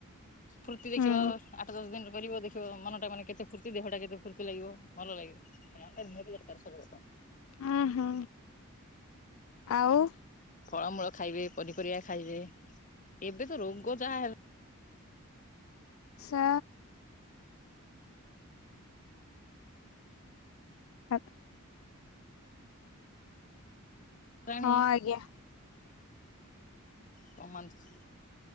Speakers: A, on the left (about 35°); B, on the left (about 70°).
A: ଫୁର୍ତ୍ତି ଦେଖିବ
B: ହୁଁ
A: ଆଠ ଦଶ ଦିନ କରିବ ଦେଖିବ ମନଟା ମାନେ କେତେ ଫୁର୍ତ୍ତି ଦେହଟା କେତେ ଫୁର୍ତ୍ତି ଲାଗିବ ଭଲ ଲାଗେ ଭାଇ ଆମା ନିହାତି କରକାରାର ସ ରେ
B: ହଁ ହଁ ଆଉ
A: ଫଳମୂଳ ଖାଇବେ ପନିପରିବା ଖାଇବେ। ଏବେ ତ ରୋଗ ଯାହା ହେଲା।
B: ଶ ହାତ
A: ହେଲାଣି
B: ହଁ ଆଜ୍ଞା।
A: କମାନ୍ତୁ